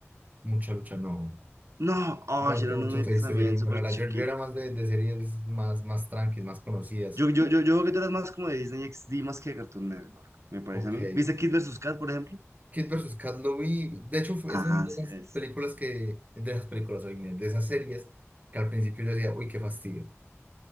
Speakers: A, on the right (about 30°); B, on the right (about 70°).
A: Mucha lucha, no.
B: No, oh,
A: No,
B: era
A: tú,
B: un
A: tú
B: muñeco
A: te viste
B: también
A: series muy
B: súper
A: raras.
B: chiquito.
A: Yo, yo era más de, de series más, más tranquilas, más conocidas.
B: Yo, yo, yo, yo creo que tú eras más como de Disney XD más que de Cartoon Network, me parece
A: Ok.
B: a mí. ¿Viste Kid vs. Kat, por ejemplo?
A: Kid versus Kat lo vi. De hecho, fue-
B: Ah,
A: es una de
B: sí,
A: las
B: ves.
A: películas que, de esas películas, hoy de esas series que al principio yo decía, uy, qué fastidio.